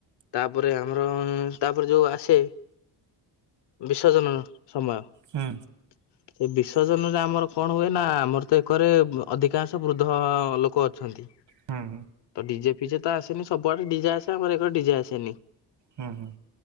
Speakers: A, on the left; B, on the right.
A: ତାପରେ ଆମର ତାପରେ ଯୋଉ ଆସେ ବିସର୍ଜନ ସମୟ
B: ହୁଁ।
A: <inaudible> ସେ ବିସର୍ଜନରେ ଆମର କଣ ହୁଏ ନା ଆମର ତ ଏକରେ ଅଧିକାଂଶ ବୃଦ୍ଧ ଲୋକ ଅଛନ୍ତି ତ
B: ହୁଁ
A: ଡିଜେ ଫିଜେ ତ ଆସେନି ସବୁଆଡେ ଡିଜେ ଆସେ ଆମର ଏକର ଡିଜେ ଆସେନି,
B: ହୁଁ ହୁଁ।